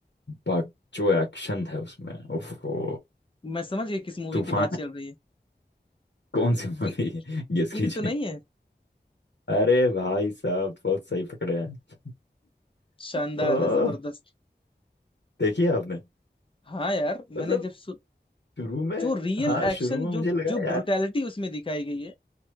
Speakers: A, on the left; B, on the left.
A: बट जो एक्शन है उसमें ओफो
B: मैं समझ गया किस मूवी
A: तूफान
B: की बात
A: है
B: चल रही है
A: कौन सी मूवी
B: कि
A: है गेस
B: किल
A: <laughs> कीजिए
B: तो नहीं है
A: अरे भाई साहब बहुत सही पकड़े हैं
B: शानदार
A: ओह
B: है जबरदस्त
A: देखिए आपने
B: हाँ यार मैंने
A: मतलब
B: जब सु...
A: शुरू में
B: जो रियल
A: हाँ
B: एक्शन
A: शुरू में मुझे
B: जो
A: लगा
B: जो
A: यार
B: ब्रुटैलिटी उसमें दिखाई गई है